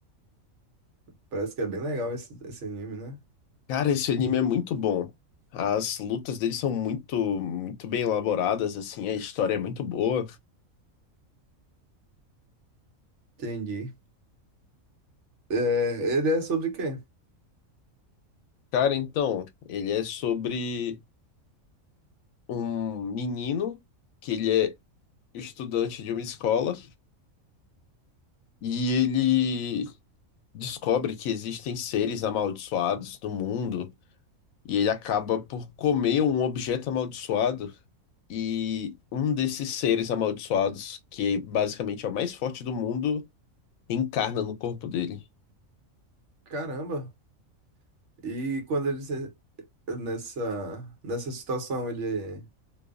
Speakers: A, on the right; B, on the left.
A: Parece que é bem legal esse, esse anime, né?
B: Cara, esse anime é muito bom. As lutas dele são muito, muito bem elaboradas, assim, a história é muito boa.
A: Entendi. É, ele é sobre o quê?
B: Cara, então, ele é sobre um menino que ele é estudante de uma escola e ele descobre que existem seres amaldiçoados no mundo. E ele acaba por comer um objeto amaldiçoado. E um desses seres amaldiçoados, que é basicamente é o mais forte do mundo, encarna no corpo dele.
A: Caramba. E quando ele nessa, nessa situação, ele